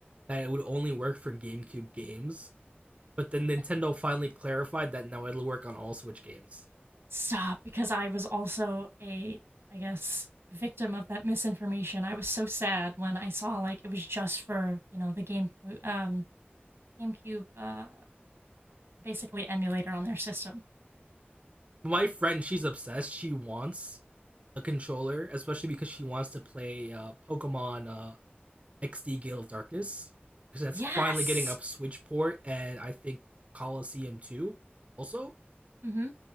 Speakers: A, on the right; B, on the right.
A: that it would only work for GameCube games. But then Nintendo
B: <laughs>
A: finally clarified that now it'll work on all Switch games.
B: Stop, because I was also a, I guess, victim of that misinformation. I was so sad when I saw like it was just for, you know, the game um GameCube uh basically emulator on their system.
A: my friend, she's obsessed. She wants a controller, especially because she wants to play uh, Pokemon uh, XD Gale of Darkness. Because that's
B: Yes.
A: finally getting up Switch port, and I think Coliseum 2 also.
B: hmm